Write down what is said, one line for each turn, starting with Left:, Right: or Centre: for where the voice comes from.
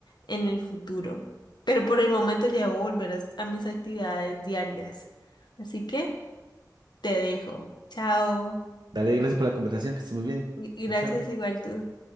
Left: en el futuro. Pero por el momento ya debo volver a a mis actividades diarias. Así que te dejo. Chao.
Right: <laughs> Dale, gracias por la conversación, que estés muy bien.
Left: Y- y
Right: Chao,
Left: Gracias
Right: chao.
Left: igual tú.